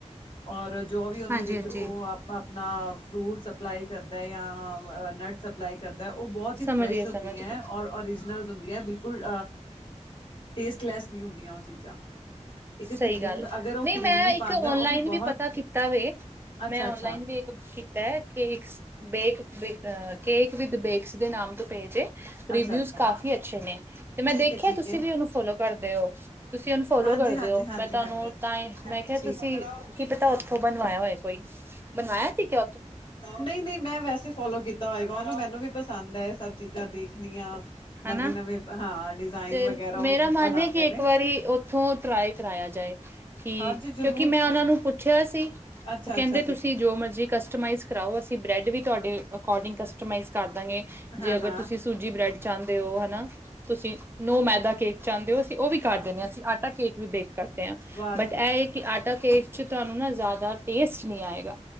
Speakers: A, on the left; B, on the right.
A: ਔਰ। ਜੋ ਵੀ ਉਹਦੇ
B: ਹਾਂਜੀ
A: ਵਿੱਚ
B: ਹਾਂਜੀ
A: ਉਹ ਆਪ ਆਪਣਾ ਫਰੂਟ। ਸਪਲਾਈ ਕਰਦਾ ਜਾਂ ਨਟ ਸਪਲਾਈ ਕਰਦਾ। ਉਹ ਬਹੁਤ ਹੀ
B: ਸਮਝ
A: ਫਰੈਸ਼
B: ਗਏ
A: ਹੁੰਦੀਆਂ
B: ਸਮਝ ਗਏ
A: ਔਰ ਓਰੀਜਨਲ। ਹੁੰ ਬਿਲਕੁਲ ਟੇਸਟਲੈ ਨਹੀਂ ਹੁੰਦੀਆਂ ਉਹ ਚੀਜ਼ਾਂ। ਇੱਕ
B: ਸਹੀ
A: ਕਰੀਮ
B: ਗੱਲ ਹੈ
A: ਅਗਰ ਉਹ
B: ਨਹੀਂ
A: ਕਰੀਮ
B: ਮੈਂ
A: ਵੀ
B: ਇੱਕ
A: ਪਾਉਂਦਾ
B: ਓਨਲਾਈਨ
A: ਉਹ ਬਹੁਤ
B: ਵੀ ਪਤਾ ਕੀਤਾ ਵੇ।
A: ਅੱਛਾ
B: ਮੈਂ ਓਨਲਾਈਨ
A: ਅੱਛਾ
B: ਵੀ ਇਕ ਕੀਤਾ cake bake. Cake with bakes ਦੇ ਨਾਮ ਤੋਂ ਪੇਜ ਏ। ਰਿਵਿਊਜ
A: ਅੱਛਾ ਅੱਛਾ
B: ਕਾਫੀ ਅੱਛੇ ਨੇ ਤੇ ਮੈਂ
A: ਠੀਕ
B: ਦੇਖਿਆ
A: ਹੈ ਠੀਕ
B: ਤੁਸੀਂ
A: ਹੈ
B: ਵੀ ਉਹਨੂੰ ਫੋਲੋ ਕਰਦੇ ਹੋ। ਤੁਸੀਂ ਅਨਫੋਲੋ
A: ਹਾਂਜੀ
B: ਕਰਦੇ
A: ਹਾਂਜੀ
B: ਹੋ।
A: ਹਾਂਜੀ
B: ਮੈਂ ਤੁਹਾਨੂੰ
A: ਹਾਂਜੀ
B: ਤਾਂ ਹੀ ਮੈਂ ਕਿਹਾ
A: ਠੀਕ
B: ਤੁਸੀਂ ਕਿ ਪਿਤਾ ਉੱਥੋਂ ਬਣਵਾਇਆ ਹੋਇਆ ਕੋਈ ਬਣਵਾਇਆ ਸੀ ਕਿ
A: ਨਹੀਂ ਨਹੀਂ ਮੈਂ ਵੈਸੇ ਫੋਲੋ ਕੀਤਾ ਹੋਏਗਾ ਉਹਨੂੰ ਮੈਨੂੰ ਵੀ ਬਸ। ਪਸੰਦ ਹੈ ਸਭ ਚੀਜ਼ਾਂ ਦੇਖਣੀਆਂ। ਨਵੇਂ
B: ਹਨਾ
A: ਨਵੇ ਹਾਂ ਡਿਜ਼ਾਇਨ
B: ਤੇ
A: ਵਗੈਰਾ
B: ਮੇਰਾ
A: ਉਹ
B: ਮਨ
A: ਬਣਾਉਦੇ
B: ਹੈ ਕਿ
A: ਨੇ।
B: ਇੱਕ ਵਾਰੀ ਉੱਥੋਂ ਟਰਾਈ ਕਰਾਇਆ ਜਾਏ ਕਿ
A: ਹਾਂਜੀ ਜ਼ਰੂਰ
B: ਕਿਉਂਕਿ ਮੈਂ ਉਹਨਾਂ ਨੂੰ ਪੁੱਛਿਆ ਸੀ।
A: ਅੱਛਾ-ਅੱਛਾ
B: ਉਹ ਕਹਿੰਦੇ ਤੁਸੀਂ
A: ਜੀ
B: ਜੋ ਮਰਜੀ ਕਸਟਮਾਈਜ਼ ਕਰਾਓ ਅਸੀਂ ਬ੍ਰੈਡ ਵੀ। ਤੁਹਾਡੇ ਅਕੋਡਿੰਗ ਕਸਟਮਾਈਜ਼ ਕਰਦਾਂਗੇ ਜੇ
A: ਹਾਂ-ਹਾਂ
B: ਅਗਰ ਤੁਸੀਂ ਸੂਜੀ ਬ੍ਰੈਡ। ਚਾਹੁੰਦੇ ਹੋ ਹਨਾ, ਤੁਸੀਂ ਨੋ ਮੈਦਾ ਕੇਕ ਚਾਹੁੰਦੇ ਹੋ ਅਸੀਂ ਉਹ ਵੀ ਕਰ ਦਿੰਦੇ ਹਾਂ ਅਸੀਂ ਆਟਾ ਕੇਕ ਵੀ ਬੇਖ ਕਰਦੇ ਹਾਂ
A: ਵਾਹ
B: ਬਟ
A: ਜੀ
B: ਇਹ
A: ਵਾਹ
B: ਕਿ
A: ਅੱਛੀ
B: ਆਟਾ ਕੇਕ ਚ ਤੁਹਾਨੂੰ ਨਾ ਜ਼ਿਆਦਾ ਟੇਸਟ। ਨਹੀਂ ਆਏਗਾ